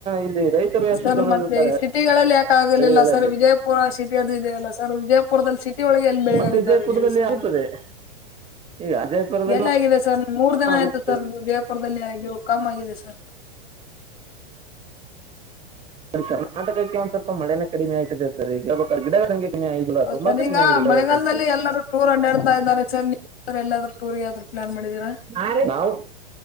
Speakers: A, on the right (about 20°); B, on the left (about 85°).
A: ಇಲ್ಲಿ ರೈತರು ಎಷ್ಟು
B: ಸರ್
A: ಜನ
B: ಮತ್ತೆ
A: ಇರ್ತಾರೆ
B: ಈ ಸಿಟಿಗಳಲ್ಲಿ ಯಾಕ ಆಗರ್ಲಿಲ್ಲ
A: ಹಳ್ಳಿಗಳಲ್ಲಿ
B: ಸರ್ ವಿಜಯಪುರ ಸಿಟಿ ಅದು ಇದದೆ ಅಲ್ಲ ಸರ್ ವಿಜಯಪುರ ಪುರದಲ್ಲಿ ಸಿಟಿ ಒಳಗೆ ಎಲ್ಲಿ ಬೆಳೆಗಳಿದ್ದಾವೆ
A: ಮತ್ತು ವಿಜಯಪುರದಲ್ಲಿ
B: ಹೇಳಿ ಸರ್
A: ಆಗುತ್ತದೆ
B: ನೀವು
A: ಈಗ ವಿಜಯಪುರದಲ್ಲೂ
B: ಎಲ್ಲ ಆಗಿದೆ ಸರ್ ಮೂರ್ ದಿನ
A: ಆಗುತ್ತೆ
B: ಆಯ್ತು ಸರ್ ವಿಜಯಪುರದಲ್ಲಿ ಆಗಿ ಕಮ್ಮ್ ಆಗಿದೆ ಸರ್
A: ಕರ್ನಾಟಕಕ್ಕೆ ಒಂದ್ ಸ್ವಲ್ಪ ಮಳೆನೇ ಕಡಿಮೆ ಆಗ್ತಿದೆ ಸರ್ ಈಗಾಗ ಗಿಡಗಳ ಸಂಖ್ಯೆ ಕಮ್ಮಿ ಆಗಿದೆ ಇಲ್ಲ ತುಂಬಾ
B: ಸರ್
A: ಕಡಿಮೆ
B: ಈಗ
A: ಆಗಿದೆ <unintelligible>
B: ಮಳೆಗಾಲದಲ್ಲಿ
A: ಸಂಖ್ಯೆ
B: ಎಲ್ಲರೂ ಟೂರ್ ಅಂಡಾಡ್ತಾ ಇದ್ದಾರೆ ಸರ್ ನೀ ಎಲ್ಲಾದ್ರೂ ಟೂರಿಗೆ ಯ ಆದ್ರೂ ಪ್ಲಾನ್ ಮಾಡಿದೀರಾ?
A: ಹ ರಿ ನಾವು